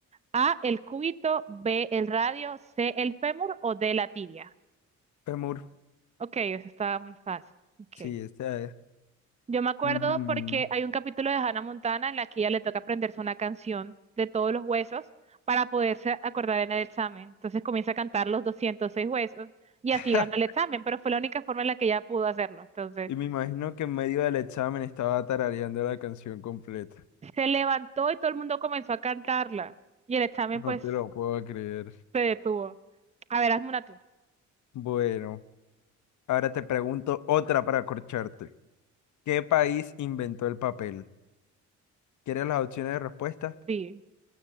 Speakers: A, on the right (about 20°); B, on the left (about 70°).
A: A, el cúbito, B, el radio, C, el fémur o D, la tibia.
B: Femur,
A: Ok, eso estaba muy fácil. Ok.
B: sí, esta es.
A: Yo me acuerdo
B: Mm.
A: porque hay un capítulo de Hannah Montana en la que ella le toca aprenderse una canción de todos los huesos para poderse acordar en el examen. Entonces comienza a cantar los 206 huesos y así ganó
B: ja.
A: el examen, pero fue la única forma en la que ella pudo hacerlo. Entonces
B: Y me imagino que en medio del examen estaba tarareando la canción completa.
A: se levantó y todo el mundo comenzó a cantarla y el examen
B: No
A: pues
B: te lo puedo creer.
A: se detuvo. A ver, hazme una tú.
B: Bueno, ahora te pregunto otra para acorcharte. ¿Qué país inventó el papel? ¿Quieres las opciones de respuesta?
A: Sí.